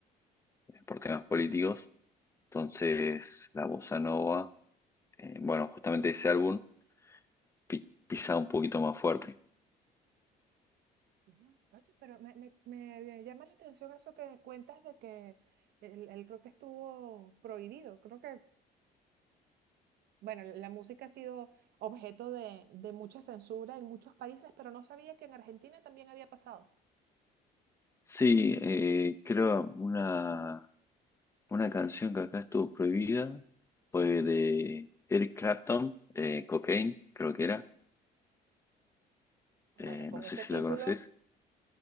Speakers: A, on the left; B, on the right.
A: eh, por temas políticos. Entonces la bossa nova, eh, bueno, justamente ese álbum pi- pisaba un poquito más fuerte.
B: Ujú. Oye, pero me, me- me llama la atención eso que cuentas de que el, el rock estuvo prohibido. Creo que Bueno, la la música ha sido objeto de, de mucha censura en muchos países, pero no sabía que en Argentina también había pasado.
A: Sí, eh, creo una, una canción que acá estuvo prohibida fue de Eric Clapton, eh, Cocaine, creo que era.
B: Bueno,
A: Eh,
B: con
A: no
B: ese
A: sé si
B: título,
A: la conoces.